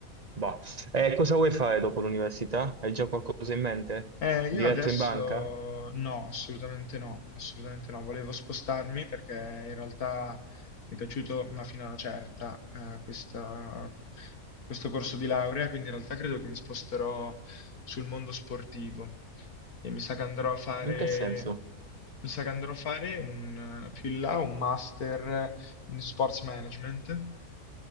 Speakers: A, on the right (about 35°); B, on the left (about 90°).
A: Boh. E cosa vuoi fare dopo l'università? Hai già qualcosa in mente?
B: Eh,
A: Diretto
B: io adesso
A: in banca?
B: no, assolutamente no, assolutamente no. Volevo spostarmi perché in realtà mi è piaciuto, ma fino a una certa, eh, questa- questo corso di laurea, quindi in realtà credo che mi sposterò sul mondo sportivo e mi sa che andrò a fare,
A: In che senso?
B: mi sa che andrò a fare un, eh, più in là un master in sports management